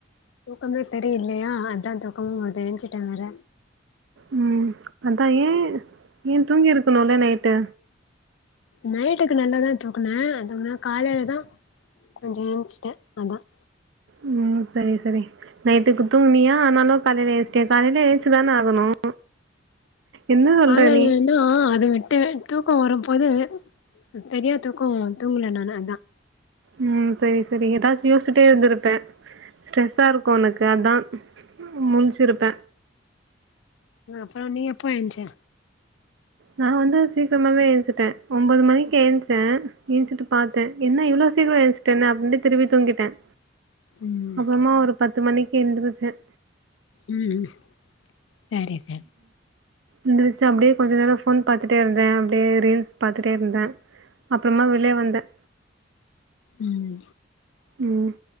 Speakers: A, on the left; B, on the right.
A: தூக்கமே சரி இல்லையா அதான் தூக்கமும் வருது எந்திருசிட்டேன் வேற
B: உம் அதான் ஏன் ஏன் தூங்கி இருக்கணும்ல நைட்டு
A: நைட்டுக்கு நல்லாதான் தூக்குனேன் தூக்குனா காலையிலதான் கொஞ்சம் ஏச்சுிட்டேன் அதான்
B: ம் செரி செரி நைட்டுக்கு தூங்கினியா ஆனாலும் காலயில ஏன்சிட்டேன் காலயில ஏன்ச்சுதானே ஆகணும் என்ன சொல்ற
A: காலைலனா
B: நீ?
A: அத விட்டு விட்டு தூக்கம் வரும்போது பெரிய தூக்கம் தூங்கல நா அதான்
B: ம் செரி செரி ஏதாச்சும் யோசிட்டே இருந்திருப்பே ஸ்ட்ரெஸ்ஸா இருக்கும் உனக்கு அதான் முஞ்சுருப்பேன்
A: அப்பறம் நீ எப்போ ஏன்ச்சா
B: நான வந்து சீக்கிரமாவே எழுன்துட்டேன் ஒன்பது மணிக்கு எழுந்திச்சே எஞ்சிட்டு பாத்தேன் என்ன இவ்ளோ சீக்கிரம் ஏன்ட அப்டின்னுட்டு திரும்பி தூங்கிட்டேன்
A: ம்
B: அப்பறமா ஒரு பத்து மணி எந்திரிச்சேன்
A: ம் செரி செரி
B: எந்திரிச்சி அப்டியே கொஞ்ச நேரம் போன் பாத்துட்டே இருந்தேன் அப்டியே ரீல்ஸ் பாத்துட்டே இருந்தேன் அப்பறமா வெளிய வந்தேன்
A: ம்
B: ம்